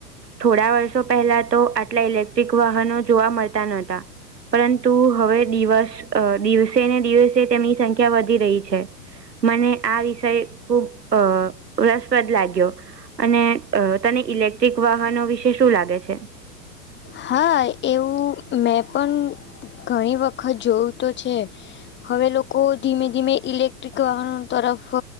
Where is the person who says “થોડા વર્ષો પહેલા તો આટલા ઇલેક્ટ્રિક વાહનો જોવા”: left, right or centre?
Right